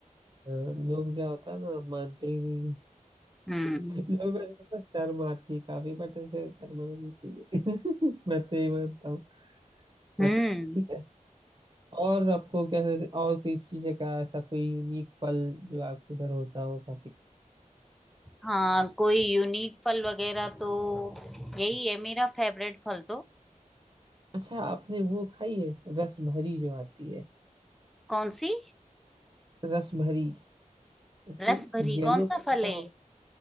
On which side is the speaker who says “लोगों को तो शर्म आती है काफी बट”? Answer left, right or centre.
Right